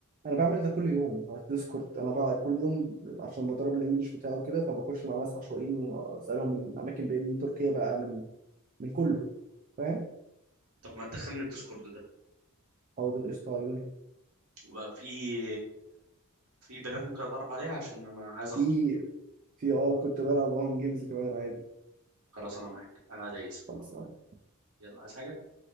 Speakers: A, on the right; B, on the right.
A: أنا بعمل ده كل يوم على الديسكورد أنا بقى كل يوم عشان بدرب الإنجليش بتاعه كده فبخش مع ناس عشوائيين وأسألهم من أماكن بعيدة من تركيا بقى من من كله فاهم
B: طب ما تدخلني الديسكورد ده
A: حاضر قشطة عيوني
B: وبقى في في بنات ممكن اتعرف عليها عشان انا عايز
A: في
B: اخطب
A: في أه كنت بلعب معاهم جيمز كمان عادي
B: خلاص انا معاك انا دايس في الحوار
A: خلاص
B: يلا عايز حاجه